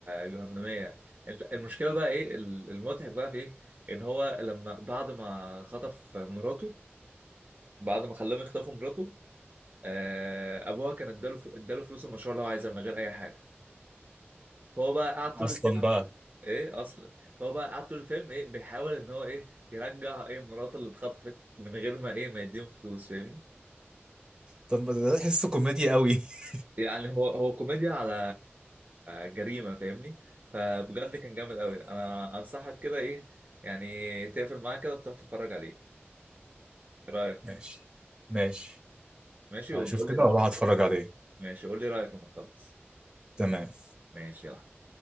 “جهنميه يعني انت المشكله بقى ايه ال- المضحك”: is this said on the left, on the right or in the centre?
Right